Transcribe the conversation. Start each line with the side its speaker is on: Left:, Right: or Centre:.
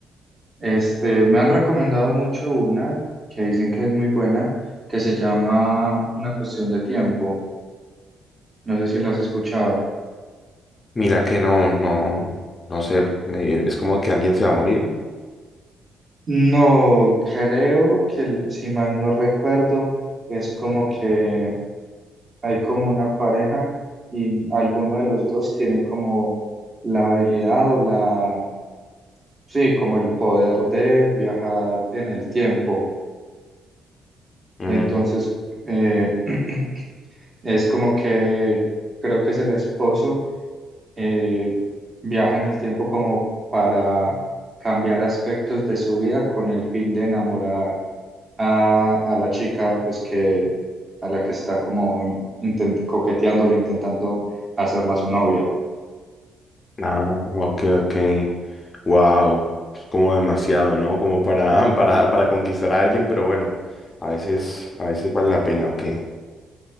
Right: Este, me han recomendado mucho una que dicen que es muy buena, que se llama Una cuestión de tiempo. No sé si la has escuchado.
Left: Mira que no, no, no sé, me- es como que alguien se va a morir.
Right: No, creo que, l- si mal no recuerdo, es como que hay como una pareja y alguno de los dos tiene como la habilidad o la, sí, como el poder de viajar en el tiempo.
Left: Mm,
Right: Entonces, eh, <clears throat> es como que creo que es el esposo, eh, viaja en el tiempo como para cambiar aspectos de su vida con el fin de enamorar a, a la chica, pues que a la que está como intent- coqueteándole, intentando hacerla su novia.
Left: ah, ok, ok. Wow, como demasiado, ¿no? Como para, <laughs> para, para conquistar a alguien, pero bueno, a veces, a veces vale la pena, ok.